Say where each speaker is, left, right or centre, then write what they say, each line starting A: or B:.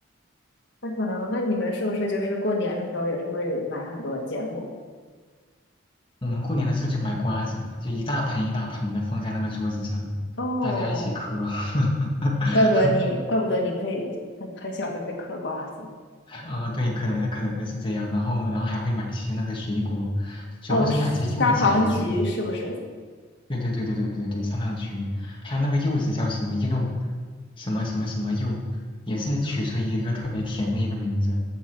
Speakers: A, on the left (about 60°); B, on the left (about 25°).
A: 那可能，那你们是不是就是过年的时候也是会买很多芥末？
B: 我们过年的时候就买瓜子，就一大盆一大盆的放在那个桌子上，
A: 哦，
B: 大家一起嗑。<laughs>
A: 怪不得你，怪不得你会很很小就会嗑瓜子。
B: 呃，对，可能可能是这样。然后，然后还会买些那个水果，主要是买些柚子和橘子。
A: 哦，砂糖橘是不是？
B: 对对对对对对对，砂糖橘，还有那个柚子叫什么柚，什么什么什么柚，也是取出一个特别甜的一个名字。